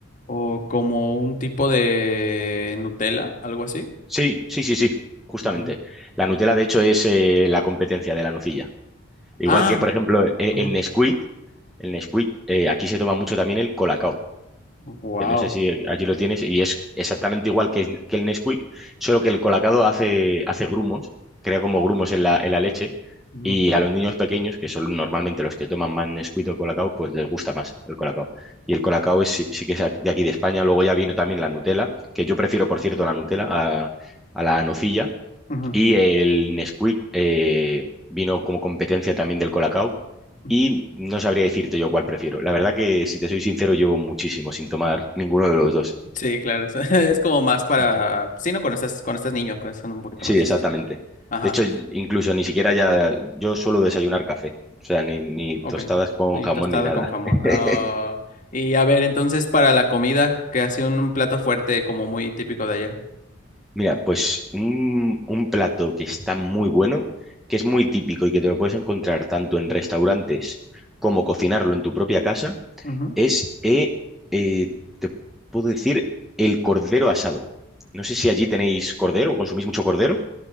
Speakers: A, on the left (about 35°); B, in the centre.
A: O como un tipo de Nutella, algo así.
B: Sí, sí, sí, sí, justamente.
A: Ujú.
B: La Nutella, de hecho, es eh, la competencia de la nocilla. Igual
A: Ah,
B: que, por ejemplo, eh,
A: ajá.
B: el Nesquik, El Nesquik, eh, aquí se toma mucho también el Colacao,
A: Wow.
B: que no sé si allí lo tienes, y es exactamente igual que, que el Nesquik, solo que el Colacao hace, hace grumos, crea como grumos en la, en la leche,
A: Ujú,
B: y a los niños pequeños, que son normalmente los que toman más Nesquik o Colacao, pues les gusta más el Colacao. Y el Colacao es, sí, sí que es de aquí de España, luego ya vino también la Nutella, que yo prefiero, por cierto, la Nutella a, a la nocilla,
A: ujú,
B: y el Nesquik... eh, vino como competencia también del Colacao
A: ujú.
B: y no sabría decirte yo cuál prefiero. La verdad que, si te soy sincero, llevo muchísimo sin tomar ninguno de los dos.
A: Sí, claro, es, <laughs> es como más para,
B: Ujú.
A: sí, no, cuando estás, cuando estás niño, con- son un poquito
B: Sí,
A: más de
B: exactamente.
A: ese estilo. Ajá.
B: De hecho, incluso ni siquiera ya, yo suelo desayunar café, o sea, ni, ni
A: Ok.
B: tostadas con
A: Y
B: jamón
A: tostada
B: ni nada.
A: con jamón.
B: <laughs>
A: Ah, y a ver, entonces para la comida, que ha sido un plato fuerte como muy típico de allá.
B: Mira, pues un, un plato que está muy bueno, que es muy típico y que te lo puedes encontrar tanto en restaurantes como cocinarlo en tu propia casa,
A: Ujú.
B: es, eh, eh, te puedo decir, el cordero asado. No sé si allí tenéis cordero, consumís mucho cordero